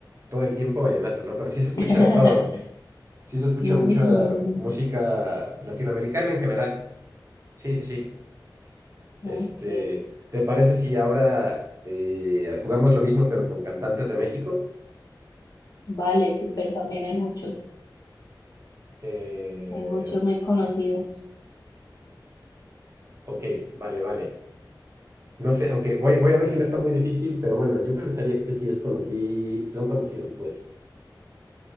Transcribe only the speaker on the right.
todo el tiempo vallenato, ¿no? Pero sí se escucha
de todo. Sí se escucha
mucha música latinoamericana en general. Sí, sí, sí.
Este, ¿te parece si ahora eh, jugamos lo mismo pero con cantantes de México?
Eh,
ok, vale, vale. No sé, aunque voy, voy a ver si no está muy difícil, pero bueno, yo pensaría que sí es conocí, son conocidos, pues.